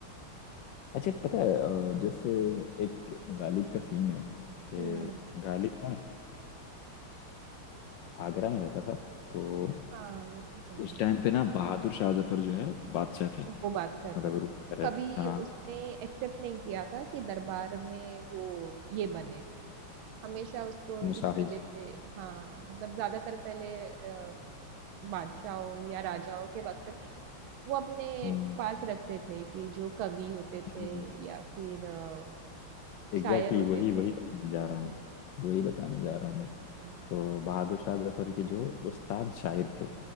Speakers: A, on the left; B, on the right.
A: अच्छा पता है अ, जैसे एक गालिब का सीन है कि
B: हम्म
A: गालिब ना अ, आगरा में रहता था तो
B: हाँ वो तो सुना
A: उस
B: है
A: टाइम पे ना बहादुर शाह जफर जो है बादशाह थे
B: वो बादशाह थे
A: मतलब रूल कर रहे
B: कभी
A: थे हाँ
B: उसने एक्सेप्ट नहीं किया था कि दरबार में वो ये बने हमेशा उसको
A: मुसाहिब
B: इस वजह से हाँ मतलब ज्यादातर पहले अ, बादशाहों या राजाओं के वक्त में वो अपने
A: हम्म
B: पास रखते थे कि जो कवि होते थे
A: हम्म
B: या फिर अ,
A: एग्जैक्टली
B: शायर होते
A: exactly, वही
B: थे
A: वही बताने जा
B: हम्म
A: रहा हूँ वही बताने जा रहा हूँ मैं
B: हम्म।
A: तो बहादुर शाह जफर के जो उस्ताद शायर थे